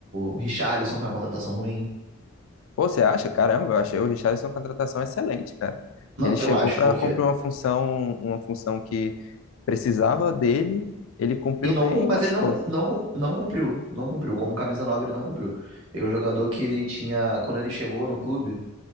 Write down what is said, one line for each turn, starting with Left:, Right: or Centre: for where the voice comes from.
Right: o Richarlison foi uma contratação ruim.
Left: Pô, você acha? Caramba, eu achei o Richarlison uma contratação excelente, cara.
Right: Não,
Left: Ele chegou
Right: eu acho,
Left: para
Right: porque
Left: cumprir uma função, uma função que precisava dele, ele cumpriu
Right: E não,
Left: bem
Right: cum- mas
Left: e machucou.
Right: ele não, cum- não, cum- não cumpriu. Não cumpriu. Como camisa 9 ele não cumpriu. É um jogador que ele tinha. Quando ele chegou no clube,